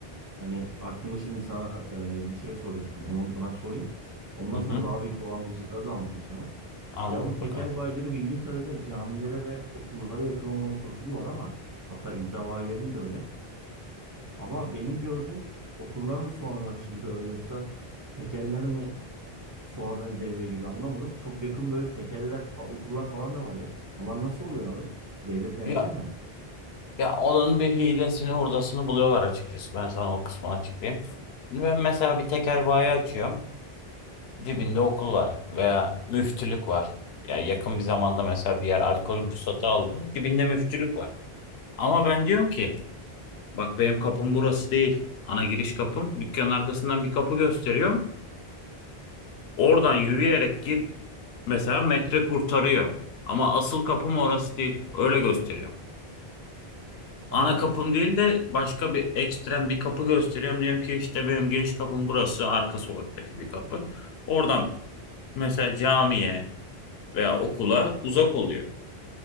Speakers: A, on the right; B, on the left.
A: Hani aklımda şimdi sana e, bir şey soracaktım. Onu unutmadan sorayım. Ondan
B: Hı
A: sonra
B: hı.
A: daha büyük dolandırıcılıkları da anlatayım sana.
B: Anlat
A: Ya bu tekel
B: bakalım.
A: bayileri bildiğim kadarıyla camilere ve okullara yakın olmama koşulu var ama hatta iddia bayilerinin de öyle. Ama benim gördüğüm okullar mı sonradan açılıyor yoksa tekeller mi sonradan devreye giriyor anlamadım. Çok yakın böyle tekeller, fa- okullar falan da var ya. Onlar nasıl oluyor abi? Devlet denetlemiyor
B: Ya
A: mu?
B: ya onun bir hilesini hurdasını buluyorlar açıkçası. Ben sana o kısmını açıklayayım. Şimdi Ben mesela bir tekel bayi açıyorum. Dibinde okul var veya müftülük var. Ya yakın bir zamanda mesela bir yer alkol ruhsatı aldı. Dibinde müftülük var. Ama ben diyorum ki bak benim kapım burası değil. Ana giriş kapım. Dükkanın arkasından bir kapı gösteriyorum. Oradan yürüyerek gir Mesela metre kurtarıyor. Ama asıl kapım orası değil. Öyle gösteriyor.
A: Allah
B: Ana
A: Allah.
B: kapım değil de başka bir ekstrem bir kapı gösteriyorum. Diyorum ki işte benim giriş kapım burası. Arka sokaktaki bir kapı. Oradan mesela camiye veya okula uzak oluyor.